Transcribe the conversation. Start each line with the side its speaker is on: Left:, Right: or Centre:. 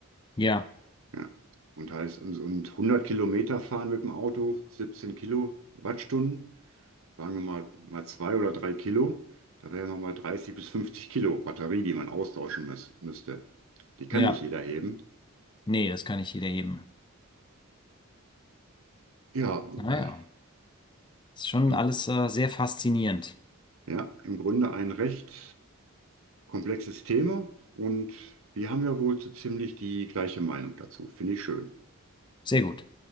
Left: Ja.
Right: Ja. Und heißt, und, und 100 Kilometer fahren mit dem Auto, 17 Kilowattstunden, sagen wir mal, mal zwei oder drei Kilo, da wären wir mal 30 bis 50 Kilo Batterie, die man austauschen müß, müsste. Die kann
Left: Ja,
Right: nicht jeder heben.
Left: nee, das kann nicht jeder eben.
Right: Ja,
Left: Naja,
Right: äh,
Left: ist schon
Right: im,
Left: alles äh, sehr faszinierend.
Right: ja, im Grunde ein recht komplexes Thema und wir haben ja wohl so ziemlich die gleiche Meinung dazu. Finde ich schön.
Left: Sehr gut.